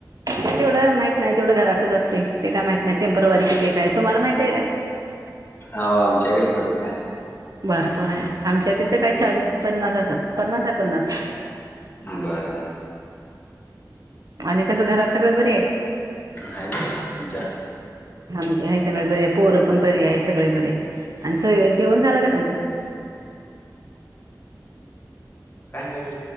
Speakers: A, on the right; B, on the left.
A: तेवढं माहित नाही तेवढं घरातच असते ते काय माहित नाही टेम्परवारी किती काय तुम्हाला माहित आहे काय?
B: हो आमच्याकडे भरपूर आहे.
A: भरपूर आहे आमच्या तिथे काही
B: हम्म
A: चाळीस पन्नास असेल. पन्नास आहे पन्नास
B: बर बरं
A: आणि कस घरात सगळे बर आहे
B: आहे का तुमच्या
A: आम हे सगळे बरे आहे पोर पण बरी आहे सगळे बरे. आणि स जेवण झालं काय तुमचं?
B: काय काय